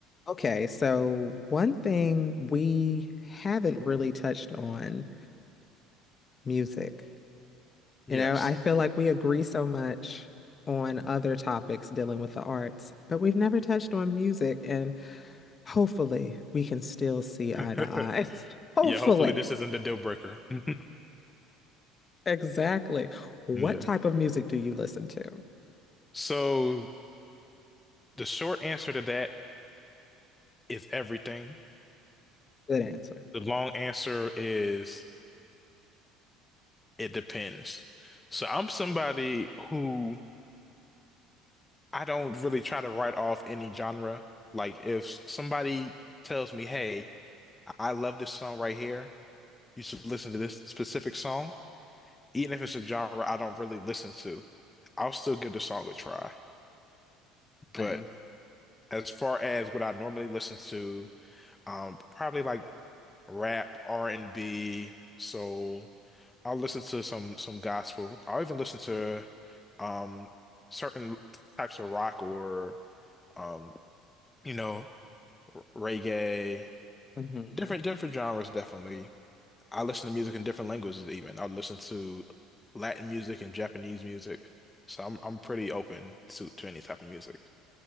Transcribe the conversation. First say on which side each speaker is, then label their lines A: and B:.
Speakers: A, on the left; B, on the left.
A: Okay, so one thing we haven't really touched on music.
B: Yes.
A: You know, I feel like we agree so much on other topics dealing with the arts, but we've never touched on music, and hopefully we can still see eye
B: <laughs>
A: to eye. <laughs> Hopefully.
B: Yeah, hopefully this isn't the deal breaker. <laughs>
A: Exactly. What
B: Yeah.
A: type of music do you listen to?
B: So the short answer to that is everything.
A: Good answer.
B: The long answer is it depends. So I'm somebody who I don't really try to write off any genre. Like if somebody tells me, "Hey, I love this song right here. You should listen to this specific song," even if it's a genre I don't really listen to, I'll still give the song a try. But
A: Same.
B: as far as what I normally listen to, um, probably like rap, R and B, soul. I'll listen to some some gospel. I'll even listen to um certain types of rock or um, you know, reggae,
A: hmm
B: different different genres definitely. I listen to music in different languages even. I'll listen to Latin music and Japanese music. So I'm I'm pretty open to to any type of music.